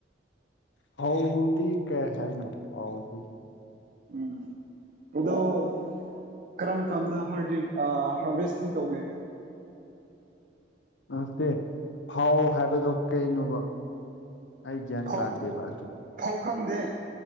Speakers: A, on the left; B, on the right.
A: ꯐꯧꯗꯤ ꯀꯩ ꯍꯥꯢꯅꯣ ꯐꯧꯗꯤ
B: ꯎꯝ ꯑꯗꯣ ꯀꯔꯝ ꯀꯥꯟꯗ ꯍꯥꯔꯗꯤ ꯑ ꯍꯥꯔꯚꯦꯁꯇꯤꯡ ꯇꯧꯒꯦ
A: ꯅꯁꯇꯦ ꯐꯥꯎ ꯍꯥꯢꯕꯗꯣ ꯀꯩꯅꯣꯕ ꯑꯩ ꯒ꯭ꯌꯥꯟ
B: ꯐꯧ
A: ꯇꯥꯗꯦꯕ ꯑꯗꯣ
B: ꯐꯧ ꯈꯪꯗꯦ